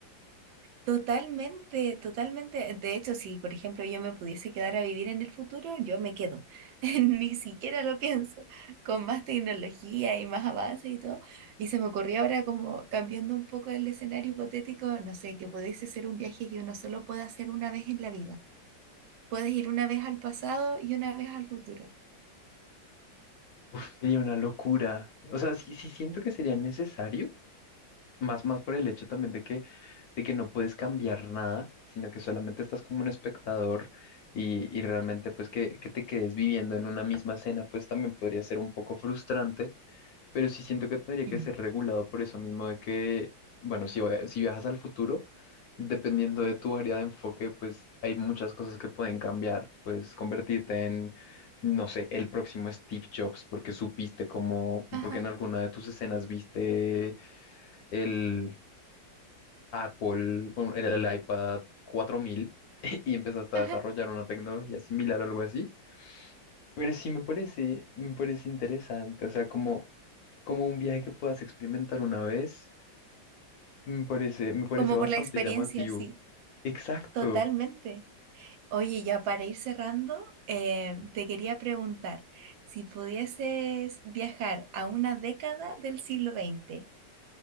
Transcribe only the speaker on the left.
Uf, sería una locura. O sea, sí, sí siento que sería necesario, más, más por el hecho también de que, de que no puedes cambiar nada, sino que solamente estás como un espectador y, y realmente pues que, que te quedes viviendo en una misma escena, pues también podría ser un poco frustrante pero sí siento que tendría
que ser regulado por eso mismo de que, bueno, si, voy a- si viajas al futuro, dependiendo de tu área de enfoque, pues hay muchas cosas que pueden cambiar. pues convertirte en, no sé, el próximo Steve Jobs porque supiste cómo,
porque en alguna de tus escenas viste el Apple, bueno, el, el iPad 4000 <laughs> y empezaste
a desarrollar una tecnología similar o algo así. Pero sí me parece, me parece interesante, o sea, como como un viaje que puedas experimentar una vez, me parece, me parece
bastante
llamativo.
Exacto,